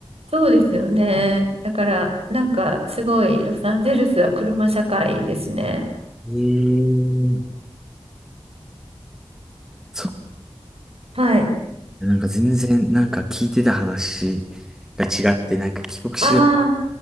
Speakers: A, on the right; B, in the centre.
A: そうですよね。だから、なんかすごい、ロサンゼルスは車社会ですね。
B: えー、そ
A: はい。
B: う。なんか全然、なんか聞いてた話が違って、なんか帰国子女、
A: ああ、